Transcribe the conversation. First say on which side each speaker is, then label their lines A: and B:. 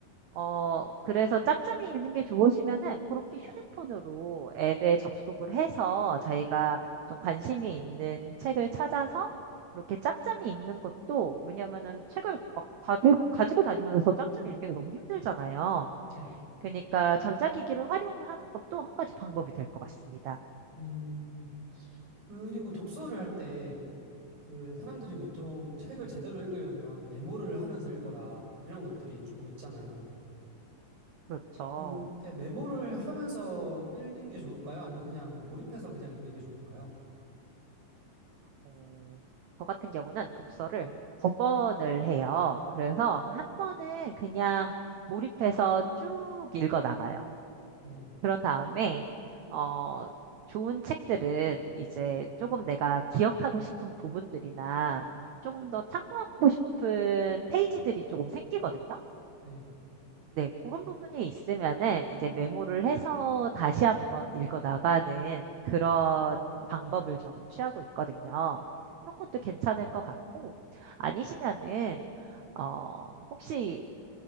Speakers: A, on the right; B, on the right.
A: 어, 그래서 짬짬이 읽는 게 좋으시면은 그렇게 휴대폰으로 앱에 접속을 해서 자기가 좀 관심이 있는 책을 찾아서 그렇게 짬짬이 읽는 것도 왜냐면은 책을 막 가지고, 가지고 다니면서 짬짬이 읽기는 너무 힘들잖아요.
B: 네.
A: 그러니까 전자기기를 활용하는 것도 한 가지 방법이 될 것 같습니다.
B: 음, 그리고 독서를 할 때, 그, 사람들이 보통 책을 제대로 읽으려면 메모를 하면서 읽어라, 이런 것들이 조금 있잖아요.
A: 그렇죠.
B: 그때 메모를 하면서 읽는 게 좋을까요? 아니면 그냥 몰입해서 그냥 읽는 게 좋을까요?
A: 어, 저 같은 경우는 독서를 두 번을 해요. 그래서 한 번은 그냥 몰입해서 쭉 읽어 나가요.
B: 네,
A: 그런 다음에, 어, 좋은 책들은 이제 조금 내가 기억하고 싶은 부분들이나 조금 더 탐구하고 싶은 페이지들이 조금 생기거든요.
B: 네,
A: 네, 그런 부분이 있으면은 이제 메모를 해서 다시 한번 읽어 나가는 그런 방법을 저는 취하고 있거든요. 그런 것도 괜찮을 것 같고, 아니시면은, 어, 혹시